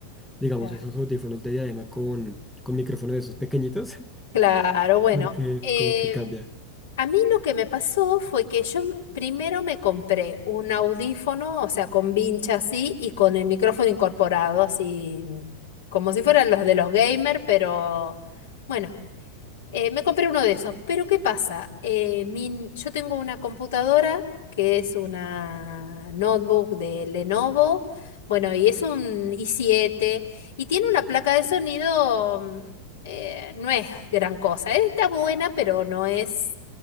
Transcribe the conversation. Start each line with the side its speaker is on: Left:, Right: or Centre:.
Centre: digamos,
Left: Claro.
Centre: esos audífonos de diadema con, con micrófono de esos pequeñitos?
Left: Claro,
Centre: <laughs>
Left: bueno,
Centre: Porque
Left: em,
Centre: como que cambia.
Left: a mí lo que me pasó fue que yo primero me compré un audífono, o sea, con vincha así y con el micrófono incorporado, así como si fueran los de los gamer, pero bueno. Eh, me compré uno de esos, pero ¿qué pasa? Eh, mi- yo tengo una computadora que es una notebook de Lenovo, bueno, y es un i7 y tiene una placa de sonido, mm, eh, no es gran cosa, eh, está buena, pero no es